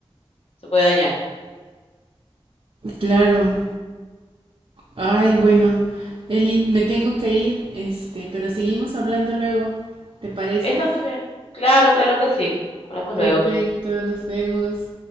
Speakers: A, on the left; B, on the right.
A: se puede dañar.
B: Claro. Ay, bueno, Eli, me tengo que ir, este, pero seguimos hablando luego. ¿Te parece?
A: Está muy bien, claro, claro que sí. Hablamos
B: Perfecto,
A: luego.
B: nos vemos.